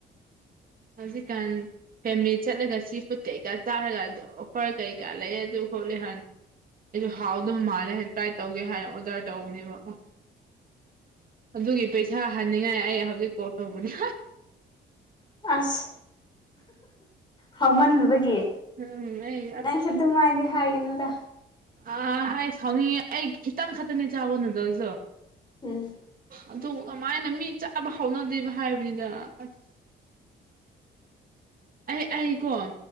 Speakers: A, on the right; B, on the left.
A: ꯍꯧꯖꯤꯛꯀꯥꯟ ꯐꯦꯃꯤꯂꯤ ꯆꯠꯂꯒ ꯁꯤ ꯐꯨꯗ ꯀꯩꯀꯥ ꯆꯥꯔꯒ ꯑꯗꯨ ꯑꯣꯐꯔ ꯀꯩꯀꯥ ꯂꯩ ꯑꯗꯨ ꯍꯣꯠꯂ ꯍꯪꯉꯤ ꯑꯩꯁꯨ ꯍꯥꯎꯗꯧꯕ ꯃꯥꯜꯂꯦ ꯇ꯭ꯔꯥꯏ ꯇꯧꯒꯦ ꯍꯥꯏꯅ ꯑꯣꯗꯔ ꯇꯧꯕꯅꯦꯕ ꯑꯣ ꯑꯗꯨꯒꯤ ꯄꯩꯁꯥ ꯍꯟꯅꯤꯡꯉꯥꯏ ꯑꯩ ꯍꯧꯖꯤꯛ ꯀꯣꯜ ꯇꯧꯕꯅꯤ
B: ꯑꯁ ꯍꯥꯎꯃꯟꯗꯕꯒꯤ
A: ꯎꯝ ꯑꯩ
B: ꯅꯪ ꯑꯗꯨꯃꯥꯏꯅꯗꯤ ꯍꯥꯏꯒꯅꯨꯗ
A: ꯑ ꯑꯩ ꯁꯥꯎꯅꯤꯡꯉꯦ ꯑꯩ ꯈꯤꯇꯪ ꯈꯛꯇꯅꯦ ꯆꯥꯕ ꯅꯨꯗꯜꯁꯇꯨ
B: ꯎꯝ
A: ꯑ ꯑꯗꯨ ꯀꯃꯥꯏꯅ ꯃꯤ ꯆꯥꯕ ꯍꯥꯎꯅꯗꯤꯅꯣ ꯍꯥꯏꯕꯅꯤꯗ ꯑꯁ ꯑꯩ ꯑꯩꯀꯣ